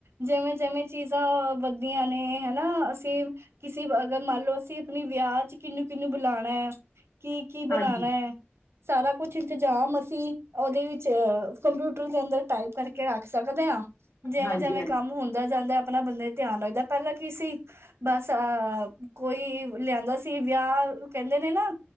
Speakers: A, on the right (about 80°); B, on the left (about 70°).
A: ਜਿਵੇਂ ਜਿਵੇਂ ਚੀਜ਼ਾਂ ਵੱਧਦੀਆਂ ਨੇ ਹਨਾ ਅਸੀਂ ਕਿਸੇ ਤੇ ਅਗਰ ਮੰਨ ਲਓ ਅਸੀਂ ਆਪਣੇ ਵਿਆਹ ਚ ਕਿੰਨੂੰ-ਕਿੰਨੂੰ ਬੁਲਾਉਣਾ ਹੈ, ਕੀ ਕੀ
B: ਹਾਂਜੀ
A: ਬਣਾਣਾ
B: ਹਾਂਜੀ
A: ਹੈ। ਸਾਰਾ ਕੁਛ ਇੰਤਜ਼ਾਮ ਅਸੀਂ ਤੇ ਅ ਕੰਪਿਊਟਰ ਦੇ ਅੰਦਰ ਟਾਈਪ ਕਰਕੇ ਰੱਖ ਸਕਦੇ ਆ, ਜਿਵੇਂ
B: ਹਾਂਜੀ
A: ਜਿਵੇਂ ਕੰਮ ਹੁੰਦਾ ਜਾਂਦਾ ਆਪਣਾ ਬੰਦੇ ਧਿਆਨ ਰੱਖਦਾ ਪਹਿਲਾਂ ਕੀ ਸੀ ਬਸ ਅਹ ਕੋਈ ਲਿਆਂਦਾ ਸੀ ਵਿਆਹ ਕਹਿੰਦੇ ਨੇ ਨਾ